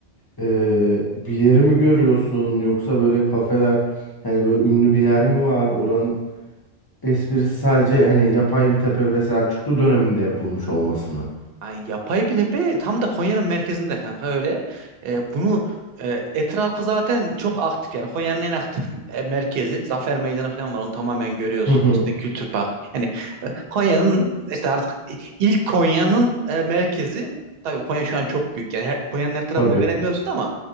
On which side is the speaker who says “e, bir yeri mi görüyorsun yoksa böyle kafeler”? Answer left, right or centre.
Left